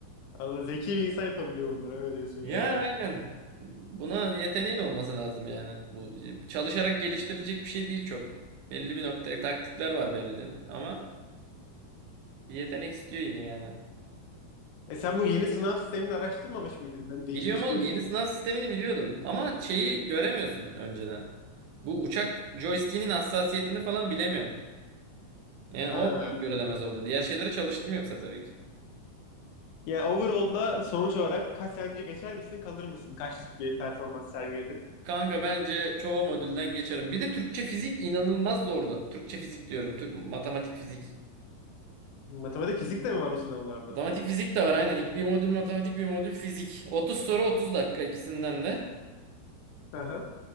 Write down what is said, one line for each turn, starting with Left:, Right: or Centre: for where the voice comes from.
Left: Anladım. Zeki bir insan yapabiliyor bunları öyle diyorsun yani.
Right: Ya aynen. Buna yeteneğin olması lazım yani. Bu çalışarak geliştirilecek bir şey değil çok. Belli bir nokta taktikler var belli ama bir yetenek istiyor yine yani.
Left: E sen bu yeni sınav sistemini araştırmamış mıydın? Yani değişmiş
Right: Biliyorum oğlum
Left: diyorsun.
Right: yeni sınav sistemini biliyordum ama şeyi göremiyorsun önceden. Bu uçak joystick'inin hassasiyetini falan bilemiyorsun. Yani
Left: Ha.
Right: o görülemez oldu. Diğer şeyleri çalıştım yoksa tabii ki.
Left: Yani overall'da sonuç olarak kaç sence geçer misin kalır mısın? Kaçlık bir performans sergiledin?
Right: Kanka bence çoğu modülden geçerim. Bir de Türkçe fizik inanılmaz zordu. Türkçe fizik diyorum. Türk matematik fizik.
Left: Matematik fizik de mi var o sınavlarda?
Right: Matematik fizik de var aynen. İlk bir modül matematik bir modül fizik. 30 soru 30 dakika ikisinden de.
Left: Hı hı.